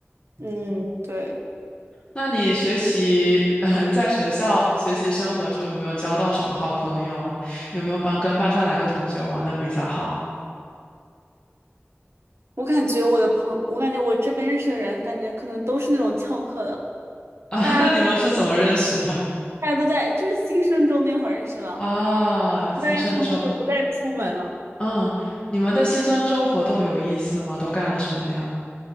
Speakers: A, on the right; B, on the left.
A: 嗯，对，
B: 那你学习，<laughs> 呃在学校学习生活中有没有交到什么好朋友啊？有没有班跟班上哪个同学玩的比较好
A: 我感觉我的朋，我感觉我这边认识的人，感觉可能都是那种翘课的，
B: 啊？
A: 大家都
B: <laughs> 那你们是怎么认识的？
A: 大家都在就是新生中那会儿认识了，
B: 啊，新生周，
A: 大家从此就不再出门了。
B: 嗯，你们的新生周活动有意思吗？都干了什么呀？